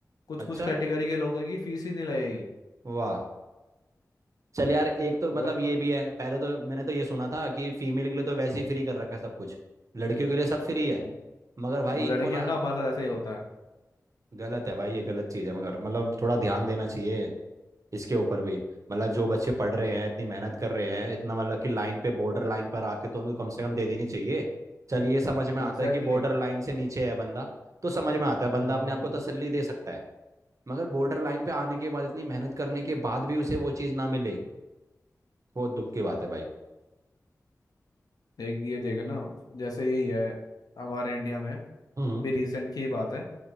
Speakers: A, on the left (about 90°); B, on the right (about 55°).
A: कुछ
B: अच्छा
A: कुछ कैटेगरी के लोगों की फीस ही नहीं लगेगी
B: वाह चल यार एक तो मतलब
A: वही
B: ये
A: तो
B: भी है पहले तो मैंने तो ये सुना था कि फीमेल के लिए तो वैसे ही फ्री कर रखा है सब कुछ लड़कियों के लिए सब फ्री है
A: वो
B: मगर भाई
A: हम
B: इनको
A: लड़के हैं
B: ना
A: ना हमारे साथ ऐसा ही होता है
B: गलत है भाई ये गलत चीज़ है मगर मतलब थोड़ा ध्यान देना चाहिए इसके ऊपर भी मतलब जो बच्चे पढ़ रहे हैं इतनी मेहनत कर रहे हैं इतना मतलब कि लाइन पे बॉर्डर लाइन पर आके तो उनको कम से कम दे देनी चाहिए चल ये समझ में आता
A: Exactly
B: है कि
A: exactly,
B: बॉर्डर लाइन से नीचे है बंदा तो समझ में आता है बंदा
A: exactly
B: अपने आप को तसल्ली दे सकता है मगर बॉर्डर लाइन पे आने के बाद इतनी मेहनत करने के बाद भी उसे वो चीज़ ना मिले बहुत दुख की बात है भाई
A: एक ये देखे ना जैसे यही है हमारे इंडिया में
B: हम्म
A: अभी रिसेंट की बात है